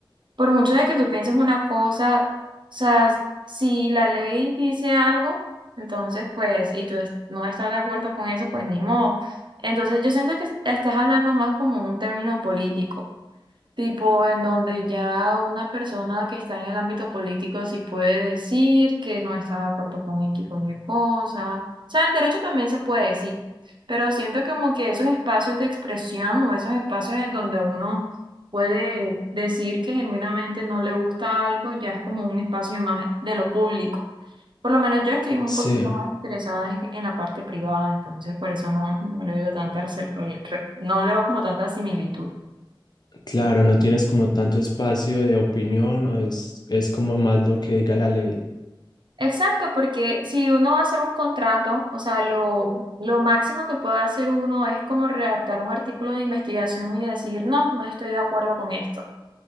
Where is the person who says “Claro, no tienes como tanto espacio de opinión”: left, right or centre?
Left